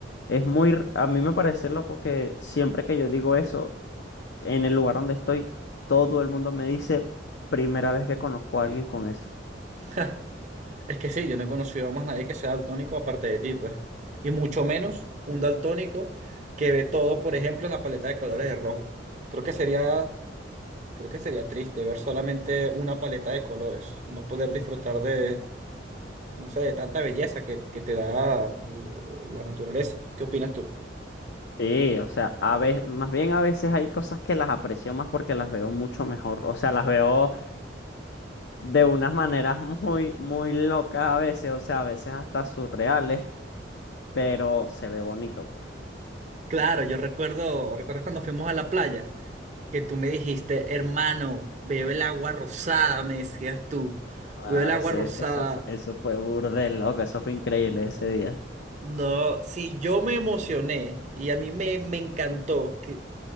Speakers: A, on the left; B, on the right.
A: es muy, r- a mí me parece loco que siempre que yo digo eso, en el lugar donde estoy, todo el mundo me dice, primera vez que conozco a alguien con eso.
B: <laughs> Es que sí, yo no he conocido a más nadie que sea daltónico aparte de ti, pues. Y mucho menos un daltónico que ve todo, por ejemplo, en la paleta de colores de rojo. Creo que sería, creo que sería triste ver solamente una paleta de colores, no poder disfrutar de, no sé, de tanta belleza que, que te da l- la naturaleza. ¿Qué opinas tú?
A: Sí, o sea, a veces, más bien a veces hay cosas que las aprecio más porque las veo mucho mejor, o sea, las veo de unas maneras <laughs> muy, muy locas a veces, o sea, a veces hasta surreales, pero se ve bonito, pues.
B: Claro, yo recuerdo, ¿recuerdas cuando fuimos a la playa? Que tú me dijiste, hermano, veo el agua rosada, me decías tú,
A: Ah,
B: veo el agua
A: ese,
B: rosada.
A: eso, fu- eso fue burde loco, eso fue increíble ese día.
B: No, sí, yo me emocioné y a mí me, me encantó que